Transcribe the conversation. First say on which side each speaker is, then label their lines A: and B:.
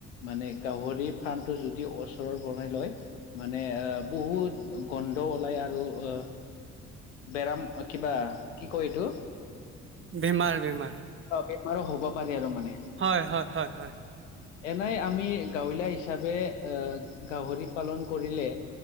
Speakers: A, on the left (about 75°); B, on the right (about 35°).
A: মানে গাহৰি ফাৰ্মটো যদি অচৰত বনাই লয়। মানে আহ বহুত গন্ধ অলাই আৰু অ বেৰাম কিবা কি কয় এইটো?
B: বেমাৰ বেমাৰ।
A: অ বেমাৰো হ'ব পাৰে আৰু মানে।
B: হয় হয় হয় হয়।
A: এনাই আমি গাঁৱলীয়া হিচাপে এ গাহৰি পালন কৰিলে।